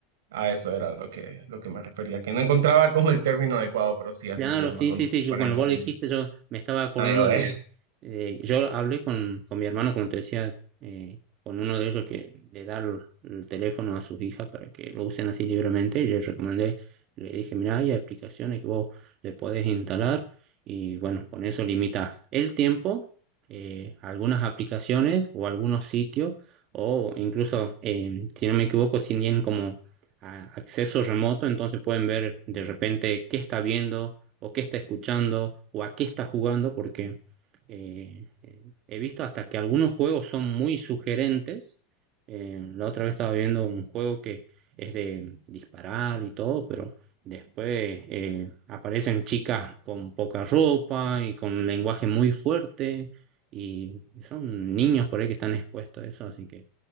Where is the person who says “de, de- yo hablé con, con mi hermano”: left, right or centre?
Right